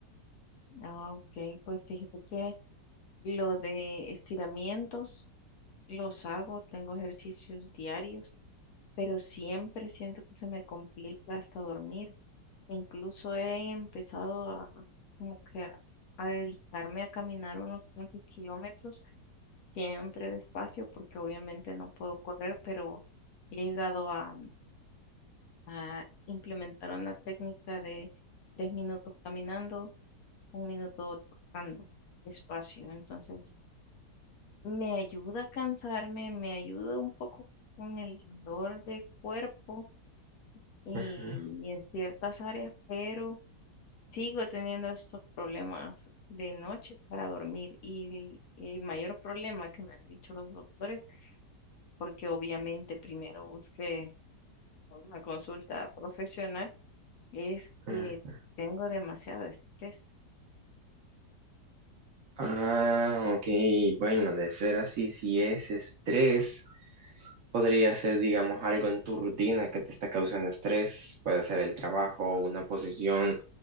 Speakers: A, on the left; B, on the right.
A: Ah, ok, pues fíjate que lo de estiramientos los hago, tengo ejercicios diarios, pero siempre siento que se me complica hasta dormir. Incluso he empezado a como que a a dedicarme a caminar unos cuantos kilómetros siempre despacio porque obviamente no puedo correr, pero he llegado a, a implementar una técnica de tres minutos caminando, un minuto trotando despacio. Entonces, me ayuda a cansarme, me ayuda un poco con el dolor de cuerpo y,
B: Ujú,
A: y en ciertas áreas, pero sigo teniendo estos problemas de noche para dormir y el mayor problema que me han dicho los doctores porque obviamente primero busqué una consulta profesional, es
B: ujú.
A: que tengo demasiado estrés.
B: Ah, ok, bueno, de ser así, si es estrés. Podría ser, digamos, algo en tu rutina que te está causando estrés, puede ser el trabajo, una posición,